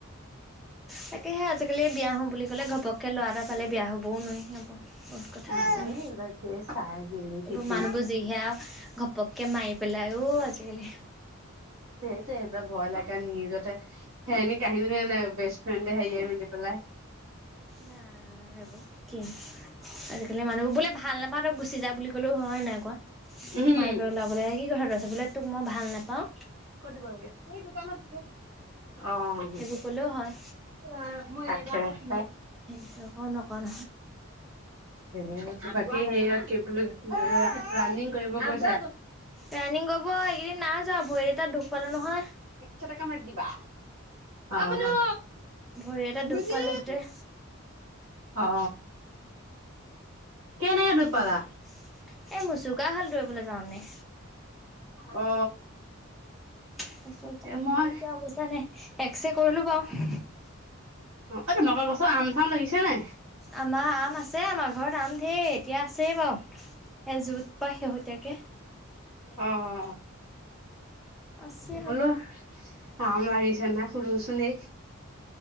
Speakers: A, in the centre; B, on the right.
A: তাকেহে আজিকালি বিয়া হম বুলি ক'লে ঘপককে ল'ৰা এটা পালে বিয়া হবও নোৱাৰি সেইবোৰ। বহুত কথা
B: নাই
A: আছে ন
B: এইবিলাক এই চাই মেলি চিঠি
A: এইবোৰ মানুহবোৰ যিহেয়াও ঘপককে মাৰি পেলাইও অ আজিকালি
B: এইবাৰ ভয় লাগে নিজতে সেই কাহিনী নাই বেষ্ট ফ্ৰেণ্ড হেৰিয়ে মেলি পেলাই।
A: জনো আ এইবোৰ কি আজিকালি মানুহবোৰ বোলে ভাল নাপাওঁ তই গুচি যা বুলি ক'লেও হয় নাই কোৱা?
B: উম
A: মাৰি পেলাবলে কি কথাটো আচ বোলে তোক মই ভাল নেপাওঁ
B: ক'ত দিব লাগে এই দোকানত অ। উৱা
A: সেইবোৰ ক'লেও হয়
B: মই এইবাকে তাকে।
A: সেইটো অকণ অকণ
B: এ বাকী সেই অ কি বুলি ৰা ৰাণিং কৰিব গৈছা
A: ৰানিং কৈব এইকেইদিন নাযোৱা ভৰি এটাত দুখ পালো নহয়।
B: শ টকা মাৰ দিবা অ মুনো
A: ভৰি এটা
B: মুনু
A: দুখ পালো গোটেই
B: অ কেনেকে দৌৰ পালা
A: বি এ মোৰচুকা খালো বুলে যাৱনে।
B: অ।
A: তাৰপিছত
B: তাকে
A: ওখহী
B: মই
A: মানে এতিয়া অৱস্থা নাই এক্সৰে কৰিলো বাউ।
B: অ তোমালোক গছত আম- চাম লাগিছে নাই?
A: আমাৰ আম আছে আমাৰ ঘৰত আম ঢেৰ এতিয়া আছে বাউ। এ যত পা শেহতীয়াকে
B: অ অ
A: আছে
B: হলো। কাম লাগিছে নাই সুৰু চুলি